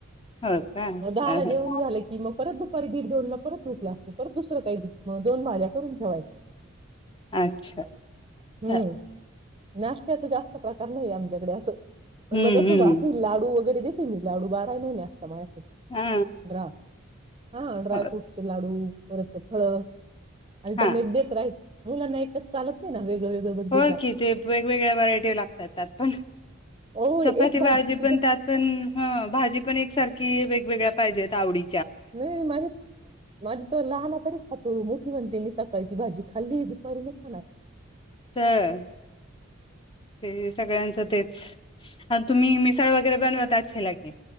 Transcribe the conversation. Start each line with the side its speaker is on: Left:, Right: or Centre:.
Left: हो का
Right: मग दहाला
Left: हा
Right: जेवण
Left: हा
Right: झालं की मग परत दु तरी दीड दोन ला परत भूख लागते परत दुसरं काही दुख म दोन भाज्या करून ठेवायच्या,
Left: अच्छा
Right: हम्म
Left: हा
Right: नाश्त्याचे जास्त प्रकार नाही आमच्याकडे असं पण
Left: हम्म
Right: मग तस
Left: हम्म
Right: बाकी लाडू वगैरे दे त <unintelligible> लाडू बारा महिने असत मस्त
Left: हा
Right: ड्रा हा ड्रायफ्रूट
Left: हो
Right: लाडू परत फळं. अल्टरनेट
Left: हा
Right: देत राहाच मुलांना एकच चालत नाही ना वेगळं वेगळं बदलून
Left: होय कि ते वेगवेगळ्या व्हरायटी लागतात त्यात पण
Right: हो
Left: चपाती
Right: एक
Left: भाजी
Right: सुद्धा
Left: पण त्यात पण हं भाजी पण एकसारखी वेगवेगळ्या पाहिजेत आवडी
Right: नाही माझे माझे तो लहाना तरी खातो मो ती म्हणते मी सकाळी ती भाजी खाल्ली दुपारी नाई खाणार.
Left: तर ते सगळ्यांचं ते आण तुम्ही मिसाळ वगैरे बनवत अच्छीला की,